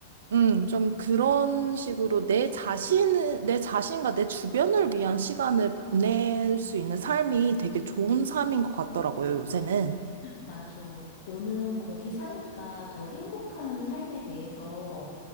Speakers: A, on the right; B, on the left.
A: 음, 좀 그런 식으로 내 자신을, 내 자신과 내 주변을 위한 시간을 보낼 수 있는 삶이 되게 좋은 삶인 것 같더라고요, 요새는.
B: 맞아. 너는 거기 사니까 더 행복한 삶에 대해서